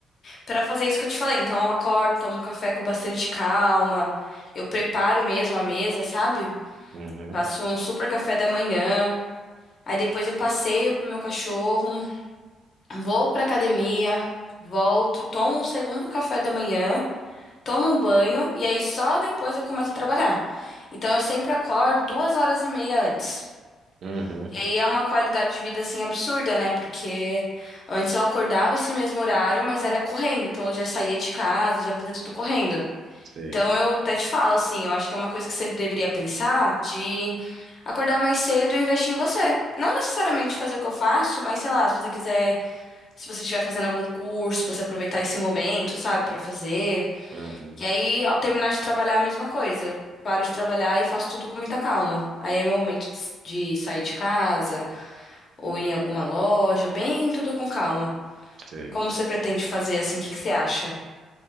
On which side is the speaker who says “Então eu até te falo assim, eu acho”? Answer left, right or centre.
Left